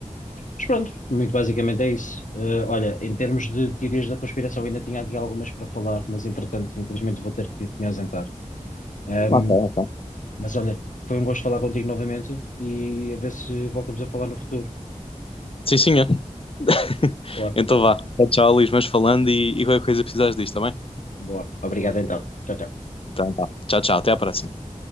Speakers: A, on the left; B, on the left.
A: Mas pronto, muito basicamente é isso. Ah, olha, em termos de teorias da conspiração, ainda tinha aqui algumas para falar, mas entretanto, infelizmente, vou ter que me ausentar. Ahm,
B: Ok, ok.
A: Mas olha, foi um gosto falar contigo novamente e a ver se voltamos a falar no futuro.
B: Sim, senhor. <laughs>
A: Boa,
B: Então vá. Tchau, Luís. Mas falando e, e qualquer coisa precisares disto, tá bem?
A: boa. Obrigado então. Tchau, tchau.
B: Então tá. Tchau, tchau. Até a próxima.